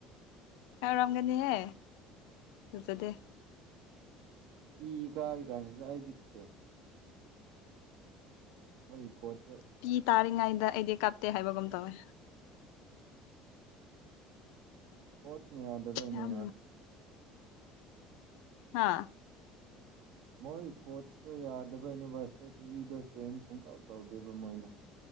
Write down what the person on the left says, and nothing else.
ꯔꯝꯒꯅꯤꯍꯦ ꯑꯗꯨꯖꯗꯦ
ꯄꯤ ꯇꯥꯔꯤꯉꯩꯗ ꯑꯩꯗꯤ ꯀꯥꯞꯇꯦ ꯍꯥꯏꯕꯒꯨꯝ ꯇꯧꯋꯦ
ꯌꯥꯝ ꯍꯥꯥ